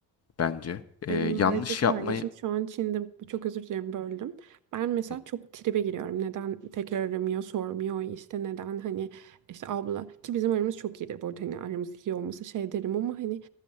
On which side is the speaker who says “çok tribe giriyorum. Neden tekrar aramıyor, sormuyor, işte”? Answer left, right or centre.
Right